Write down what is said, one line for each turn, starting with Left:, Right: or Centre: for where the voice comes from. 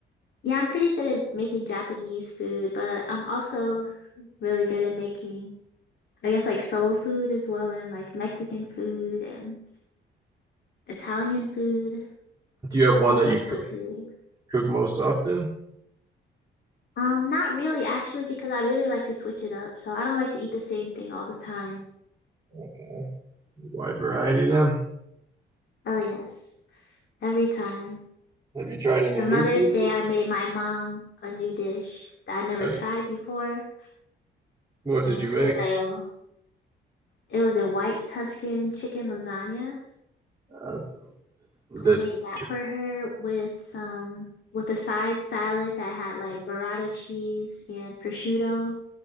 Left: Yeah, I'm pretty good at making Japanese food, but I'm also really good at making, I guess, like soul food as well, and like Mexican food and Italian food,
Right: Do you have one
Left: all
Right: that
Left: types
Right: you cook
Left: of food.
Right: cook most often?
Left: Um, not really, actually, because I really like to switch it up. So I don't like to eat the same thing all the time.
Right: Okay. Wide variety then.
Left: Oh, yes, every time.
Right: Have you tried any
Left: For Mother's
Right: new foods?
Left: Day, I made my mom a new dish that I never
Right: Okay.
Left: tried before,
Right: What
Left: and
Right: did you
Left: it
Right: make?
Left: was a it was a white Tuscan chicken lasagna.
Right: Uh, was
Left: I
Right: it
Left: made that
Right: chi-
Left: for her with some with a side salad that had like burrata cheese and prosciutto,